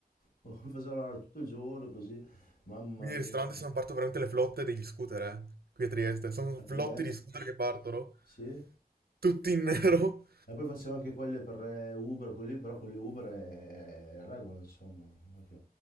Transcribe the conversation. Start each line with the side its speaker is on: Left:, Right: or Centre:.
Left: <laughs> mi faceva lavorare tutto il giorno così, mamma
Right: Quindi
Left: mia,
Right: i ristoranti
Left: guarda.
Right: sono partono veramente le flotte degli scooter, eh, qui a Trieste. Sono
Left: a Trieste,
Right: flotti di scooter che partono,
Left: sì.
Right: tutti in <laughs> nero.
Left: E poi facevo anche quelle per eh, Uber, quelli, però quelli Uber è è regola, insomma. ok.